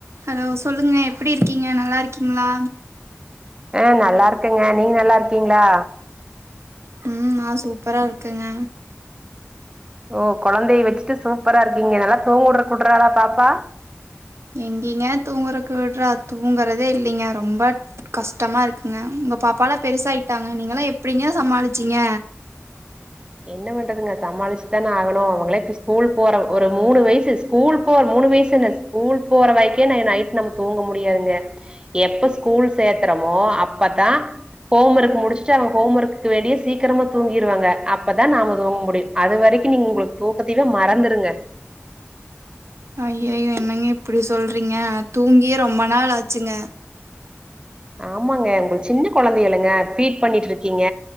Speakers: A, on the right; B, on the right.
A: hello சொல்லுங்க எப்டி இருக்கீங்க நல்லா இருக்கீங்ளா
B: ஆ நல்லாருக்கங்க நீங்க நல்லாருக்கீங்ளா
A: ம் நா சூப்பரா இருக்கங்க
B: ஓ கொழந்தய வெச்சிட்டு சூப்பரா இருக்கீங்க நல்லா தூங்க உட்ர உட்றாளா பாப்பா
A: எங்கீங்க தூங்கறக்கு விட்றா தூங்கறதே இல்லீங்க ரொம்ப கஷ்டமா இருக்குங்க உங்க பாப்பாலா பெருசாயிட்டாங்க நீங்கலா எப்டிங்க சமாளிச்சீங்க
B: என்ன பண்றதுங்க சமாளிச்சுதான ஆகணு அவங்களே இப்ப ஸ்கூல் போற ஒரு மூணு வயசு ஸ்கூல் போற மூணு வயசு என்ன ஸ்கூல் போற வரைக்கே நா நைட் நாம தூங்க முடியாதுங்க எப்ப ஸ்கூல் சேத்தறமோ அப்பதா ஹோம் ஒர்க் முடிச்சிட்டு அவங்க ஹோம் ஒர்க்குக்கு வேண்டியே சீக்கரமா தூங்கிருவாங்க அப் அப்பதா நாம தூங்க முடியு அது வரைக்கு நீங்க உங்ளுக்கு தூக்கத்திவே மறந்துருங்க
A: ஐயயோ என்னங்க இப்படி சொல்றீங்க தூங்கியே ரொம்ப நாள் ஆச்சுங்க
B: ஆமாங்க உங்ளுக் சின்ன கொழந்தையள்ளங்க ஃபீட் பண்ணிட்ருக்கீங்க